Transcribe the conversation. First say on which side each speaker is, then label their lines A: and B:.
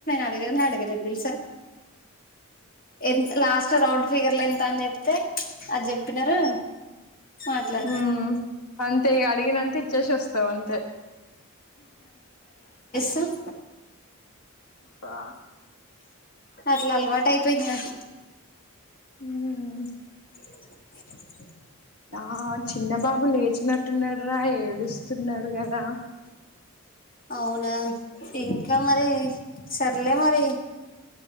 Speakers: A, on the left (about 40°); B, on the left (about 85°).
A: అడగ అడగర అసలా ఎంత లాస్ట్ రౌండ్ ఫిగర్లు ఎంత అని చెప్తే అది చెప్పినారు మాట్లా
B: హ అంతే అడిగినంత చేశాస్తా వస్త అంతే
A: సఫ
B: బా
A: అట్లా అలవాటు అయిపోయింది నాకి
B: హ
A: <inaudible> <unintelligible>
B: ఆ చిన్నబాబు లేచినట్టున్నాడు రా ఏడుస్తున్నాడు కదా
A: అవునా ఇంకా మరి సర్లే మరి